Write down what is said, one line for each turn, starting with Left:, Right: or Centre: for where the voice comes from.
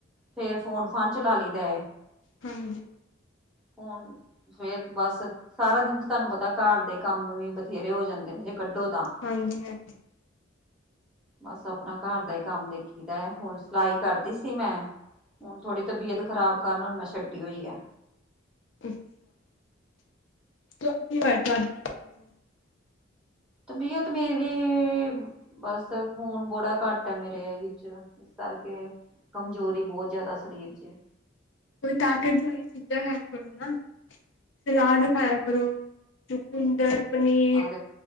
Centre: ਫਿਰ ਫੋਨ ਫਾਨ ਚਲਾ ਲਈਦਾ
Left: ਹਾਂਜੀ
Centre: ਹੁਣ ਫਿਰ ਬਸ ਸਾਰਾ ਦਿਨ ਤੇ ਤੁਹਾਨੂੰ ਪਤਾ ਘਰ ਦੇ ਕੰਮ ਵੀ ਬਥੇਰੇ ਹੋ ਜਾਂਦੇ ਨੇ ਜੇ ਕੱਢੋ ਤਾਂ
Left: ਹਾਂਜੀ-ਹਾਂਜੀ
Centre: ਬਸ ਆਪਣਾ ਘਰ ਦਾ ਹੀ ਕੰਮ ਦੇਖੀ ਦਾ ਹੁਣ ਸਿਲਾਈ ਕਰਦੀ ਸੀ ਮੈਂ ਹੁਣ ਥੋੜੀ ਤਬੀਅਤ ਖ਼ਰਾਬ ਕਰਨ ਹੁਣ ਮੈਂ ਛੱਡੀ ਹੋਈ ਹੈ
Left: <inaudible> <unintelligible>
Centre: ਤਬੀਅਤ ਮੇਰੀ ਬਸ ਖੂਨ ਬੜਾ ਘੱਟ ਹੈ ਮੇਰੇ ਵਿੱਚ ਕਰਕੇ ਕਮਜ਼ੋਰੀ ਬਹੁਤ ਜ਼ਿਆਦਾ ਫਰਿਜ ਚ
Left: ਕੋਈ ਤਾਕਤ ਵਾਲੀ ਚੀਜ਼ਾਂ ਖਾਇਆ ਕਰੋ ਨਾ ਸਲਾਦ ਖਾਇਆ ਕਰੋ ਚੁਕੁੰਦਰ ਪਨੀਰ
Centre: ਹਾਂ